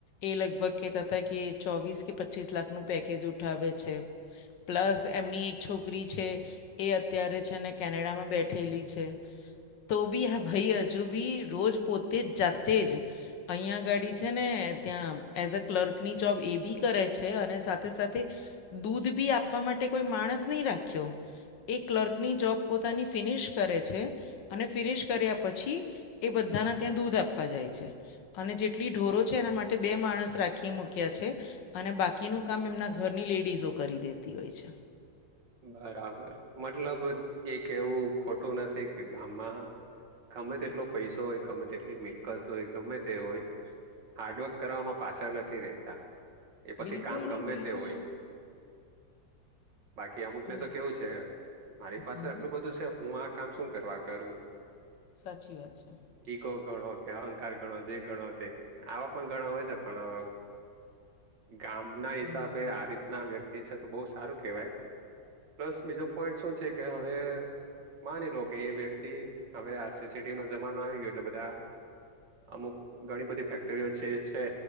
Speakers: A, on the left; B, on the right.
A: એ લગભગ કેતા હતા કે ચોવીસ કે પચીસ લાખનું પેકેજ ઉઠાવે છે. પ્લસ એમની એક છોકરી છે. એ અત્યારે છે, ને કેનેડામાં બેઠેલી છે. તો બી હા ભાઈ હજુ બી રોજ પોતે જ જાતે જ અહીંયા આગાડી છે, ને ત્યાં એઝ અ ક્લર્કની જોબ એ બી કરે છે, અને સાથે સાથે દૂધ બી આપવા માટે કોઈ માણસ નહીં રાખ્યો એ ક્લર્કની જોબ પોતાની ફિનિશ કરે છે. અને ફિનિશ કર્યા પછી એ બધાના ત્યાં દૂધ આપવા જાય છે, અને જે ટલી ઢોરો છે, એના માટે બે માણસ રાખી મૂક્યા છે. અને બાકીનું કામ એમના ઘરની લેડીઝો કરી દેતી હોય છે.
B: બરાબર મતલબ એક એવું ખોટું નથી કે ગામમાં ગમે તેટલો પૈસો હોય ગમે તેટલી મિલકત હોય ગમે તે હોય હાર્ડવર્ક કરવામાં પાછળ નથી રહેતા એ પછી
A: બિલકુલ
B: કામ
A: નહીં
B: ગમે
A: બિલકુલ
B: તે હોય
A: નહીં
B: બાકી અમુક ને
A: અહીં
B: તો કેવું છે, મારી પાસે
A: હમ
B: આટલું બધું છે, હું આ કામ શું કરવા કરું
A: સાચી વાત છે.
B: ઈગો ગણો કે અહંકાર ગણો જે ગણો તે આવા પણ ગણા હોય છે, પણ ગામના
A: હમ
B: હિસાબે આ રીતના વ્યક્તિ છે, તો બો સારું કેવાય પ્લસ બીજો પોઈન્ટ શું છે, કે હવે માની લો કે એ વ્યક્તિ હવે આ સીસીટીવી નો જમાનો આવી ગયો એટલે બધા અમુક ઘણી બધી ફેક્ટરીઓ છે, છે.